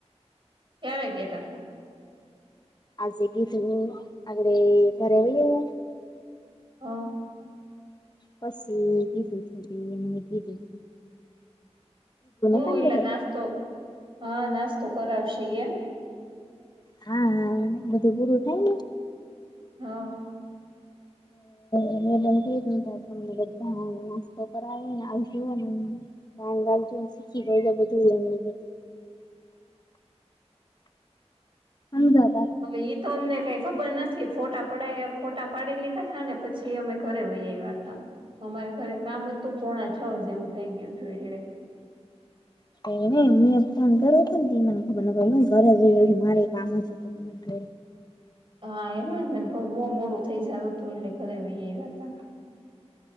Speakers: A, on the right; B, on the left.
A: ક્યારે કેતાતા?
B: આજે કીધું તું, આજે ઘરે આવી ગયા?
A: હ
B: પછી કીધું તું એમ કીધું
A: હ હું
B: તું,
A: એટલે
B: <inaudible>
A: નાસ્તો હા, નાસ્તો કરાવશે એમ.
B: હા હા બધું પુરું થાય ને.
A: હ <inaudible>
B: એને બનતું હતું ને બધાને નાસ્તો કરાવી <unintelligible> કામ બામ પણ શીખી ગયેલા બધું એને લીધે. અંદર.
A: હવે ઇતો અમને કઈ ખબર નથ થી ફોટા પડા ફોટા પાડી લીધા થા ને પછી અમે ઘરે વહી આવ્યા તા. અમારે ખરે કામ હતું, પોણા છ જેવું થઈ ગયું તું એટલે.
B: <unintelligible>
A: હા એટલા ને, ભગો મોડું થઈ જાય એટલે ઘરે વહી આવ્યા હતા.